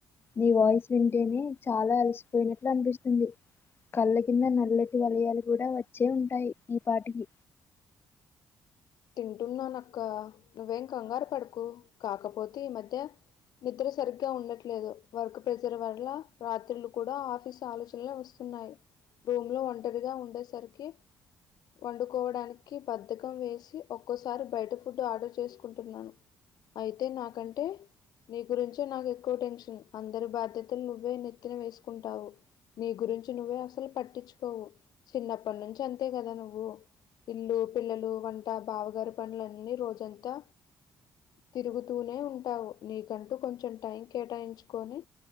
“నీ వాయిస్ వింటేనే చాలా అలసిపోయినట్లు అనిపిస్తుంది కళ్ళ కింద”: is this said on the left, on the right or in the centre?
Left